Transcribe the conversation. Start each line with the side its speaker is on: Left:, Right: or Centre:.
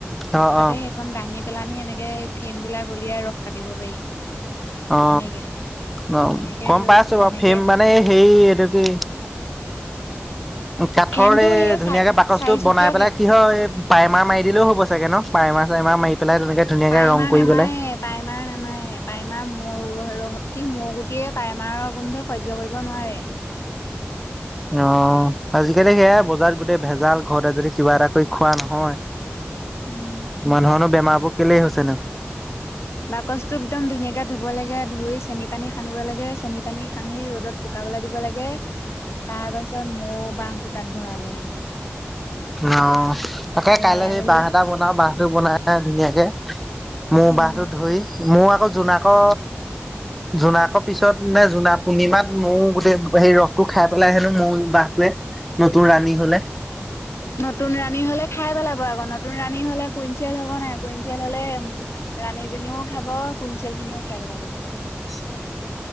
Centre: অ
Left: যাতে
Centre: অ
Left: সেইখন দাঙি পেলান এনেকে সেই ফেম বিলাক উলিয়াই ৰস কাটিব পাৰি।
Centre: অ
Left: তেনেকে
Centre: অ
Left: তেনেকে
Centre: গম
Left: লৈ
Centre: পাই আছো
Left: তেনেকে
Centre: বাৰু ফেম মানে সেই এইটো কি? কাঠৰ
Left: ফ্ৰেমটো
Centre: এই
Left: সেই
Centre: ধুনীয়াকে
Left: চাই
Centre: বাকচটো
Left: চাৰিচুকীয়া
Centre: বনাই পেলাই
Left: ফ্ৰেম
Centre: কি হয় এই পাইমাৰ মাৰি দিলেও হ'ব চাগে ন। প্ৰাইমাৰ চাইমাৰ মাৰি পেলাই তেনেকে ধুনীয়াকে
Left: পাই
Centre: ৰং
Left: মাৰ
Centre: কৰি
Left: নেমায়
Centre: পেলাই
Left: পায় মাৰ নেমায় পায়মাৰ। মোৰ ৰ কি মোৰ গুটিয়ে পাইমাৰৰ গোন্ধক সয্য কৰিব নোৱাৰে।
Centre: অ আজিকালি সেয় বজাৰত গোটেই ভেজাল ঘৰতে যদি কিবা এটা কৰি খোৱা নহয়।
Left: উম
Centre: মানুহৰো বেমাৰবোৰ কেলেই হৈছে ন।
Left: বাকচটো একদম ধুনীয়াকে ধুব লাগে ধুই চেনি পানী খানিব লাগে চেনি পানী সানি ৰ'দত শুক দিব লাগে তাৰ পাছত মৌ বাহটো তাত ভৰাব লাগে
Centre: অ তাকে
Left: ভৰাই
Centre: কাইলে সেই
Left: মেলি
Centre: বাহ এটা বনাও বাহটো বনাই ধুনীয়াকে মৌ
Left: উম
Centre: বাহটো ধৰি মৌ আকৌ জোনাকত -জোনাকৰ পিছত নে জোনাক পূৰ্ণিমাত মোৰ গোটেই হে ৰস খাই পেলাই হেনো মই বাহটোৱে নতুন ৰাণী হলে
Left: নতুন ৰাণী হলে খাই পেলাব। আকৌ নতুন ৰাণী হলে কুইনচেল হ'ব নাই কুইনচেল হলে ৰাণীজনীও খাব কুইনচেল খিনিও খাই পেলাব।
Centre: <unintelligible>